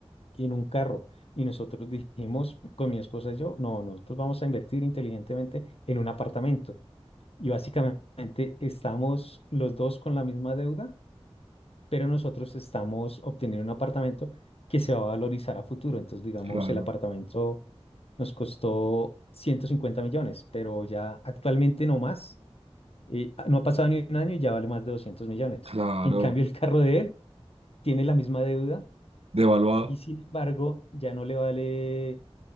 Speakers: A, on the left; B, on the right.
A: en un carro. Y nosotros dijimos, con mi esposa y yo, no, nosotros vamos a invertir inteligentemente en un apartamento. y básicamente estamos los dos con la misma deuda, pero nosotros estamos obteniendo un apartamento que se va a valorizar a futuro. Entonces, digamos,
B: claro,
A: el apartamento nos costó 150 millones, pero ya actualmente no más. eh, no ha pasado ni un año y ya vale más de doscientos millones.
B: claro,
A: En cambio, el carro de él tiene la misma deuda
B: devaluado.
A: y sin embargo ya no le vale